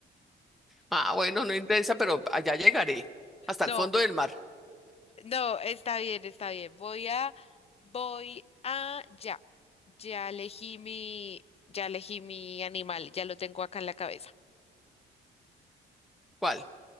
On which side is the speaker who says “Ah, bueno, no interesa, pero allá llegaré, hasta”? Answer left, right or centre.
Centre